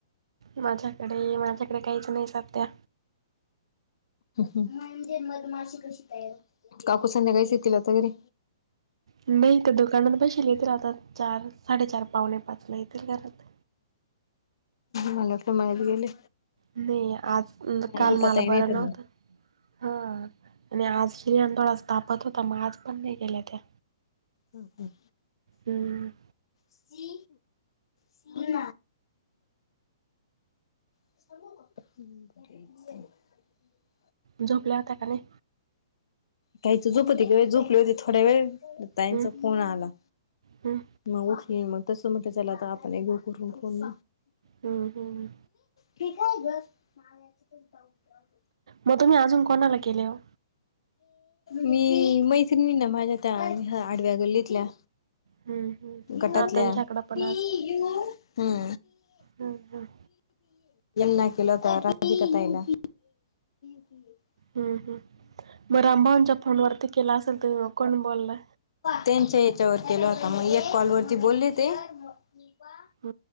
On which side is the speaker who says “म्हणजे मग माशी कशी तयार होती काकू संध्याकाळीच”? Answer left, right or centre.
Left